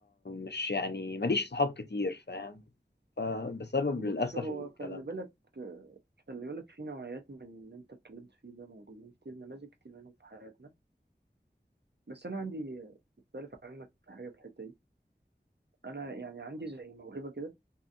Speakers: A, on the left; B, on the right.
A: مش يعني ماليش صحاب كتير فاهم فبسبب
B: بص
A: للأسف
B: هو
A: الكلام
B: خلي بالك
A: ده
B: خلي بالك في نوعيات من اللي انت اتكلمت فيه ده موجودين كتير نماذج كتير منهم في حياتنا بس انا عندي مختلف عنك في حاجة في الحتة دي انا يعني عندي زي موهبة كده